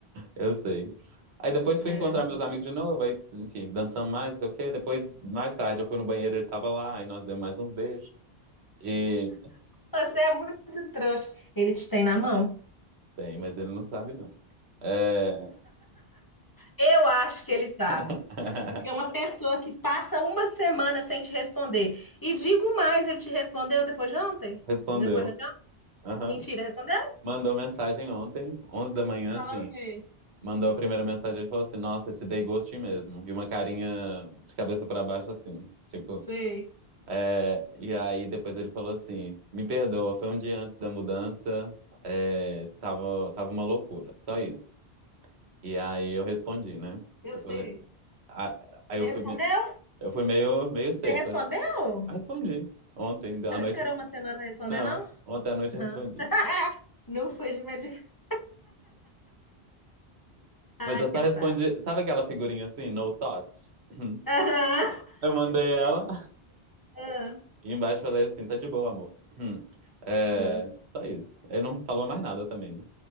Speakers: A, on the right; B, on the left.
A: eu sei. Aí depois
B: É.
A: fui encontrar meus amigos de novo, aí, enfim, dançamos mais, não sei o quê. Depois, mais tarde, eu fui no banheiro, ele tava lá, aí nós demos mais uns beijos. E
B: Você é muito trouxa. Ele te tem na mão.
A: tem, mas ele não sabe, não. É...
B: Eu acho que ele sabe.
A: <laughs>
B: Porque uma pessoa que passa uma semana sem te responder. E digo mais, ele te respondeu depois de ontem?
A: Respondeu.
B: Depois de ontem?
A: Aham.
B: Mentira, respondeu?
A: Mandou mensagem ontem, 11 da manhã,
B: Falando
A: assim.
B: o quê?
A: mandou a primeira mensagem e falou assim: Nossa, te dei ghosting mesmo. E uma carinha de cabeça pra baixo assim, tipo.
B: Sei,
A: é, E aí depois ele falou assim: Me perdoa, foi um dia antes da mudança, é, tava, tava uma loucura, só isso. E aí eu respondi, né?
B: eu
A: Eu
B: sei.
A: falei. a- Aí
B: Você
A: eu
B: respondeu?
A: fui, me- eu fui meio, meio seco,
B: Você respondeu?
A: assim. Eu Respondi. Ontem,
B: Você
A: à
B: não
A: noite.
B: esperou uma semana pra responder,
A: Não,
B: não?
A: ontem à noite
B: Aham.
A: eu respondi.
B: Não foi de medicação. <laughs> Ah,
A: Mas eu só
B: que
A: respondi.
B: otário.
A: Sabe aquela figurinha assim, no thoughts? <clears throat>
B: Aham,
A: Eu mandei ela.
B: aham,
A: E embaixo falei assim, tá de boa, amor. Hum. É,
B: aham.
A: só isso. Ele não falou mais nada também, né?